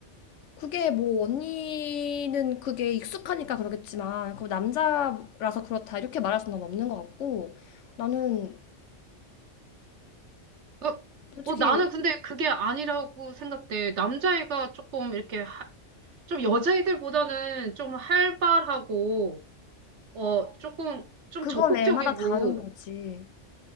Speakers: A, on the left; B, on the right.
A: 그게 뭐 언니는 그게 익숙하니까 그러겠지만 그 남자라서 그렇다 이렇게 말할 수는 없는 것 같고 나는
B: 어,
A: 솔직히
B: 어, 나는 근데 그게 아니라고 생각돼. 남자애가 조금 이렇게 하- 좀 여자애들보다는 좀 활발하고 어 조금 좀
A: 그건
B: 적극적이고
A: 애마다 다른 거지